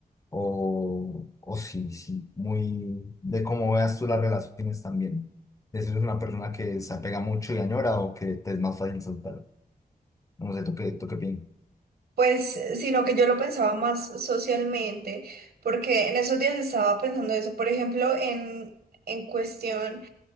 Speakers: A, on the left; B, on the right.
A: o, o sí, sí, muy de cómo veas tú las relaciones también. De si eres una persona que se apega mucho y añora o que te es más fácil soltar. No sé, ¿tú qué, tú qué piensas?
B: Pues, sino que yo lo pensaba más socialmente, porque en esos días estaba pensando eso, por ejemplo, en, en cuestión...